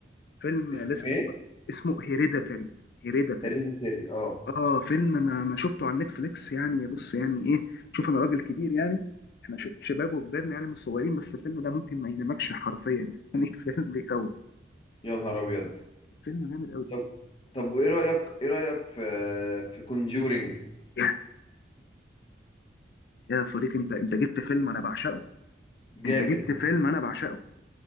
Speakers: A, on the left; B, on the left.
A: فيلم
B: اسمه
A: لازم
B: ايه
A: تتفرج اسمه هيريديتاري هيريديتاري
B: هيريديتري اه
A: اه فيلم ما ما شفته على نتفليكس يعني بص يعني ايه شوف انا راجل كبير يعني احنا ش- شباب وكبرنا يعني مش صغيرين بس الفيلم ده ممكن ما ينامكش حرفيا <laughs> يعني فيلم بيخوف
B: يا نهار ابيض
A: فيلم جامد قوي
B: طب طب وايه رايك ايه رايك في في كونجورينج
A: يا يا صديقي انت انت جبت فيلم انا بعشقه
B: جامد
A: انت جبت فيلم انا بعشقه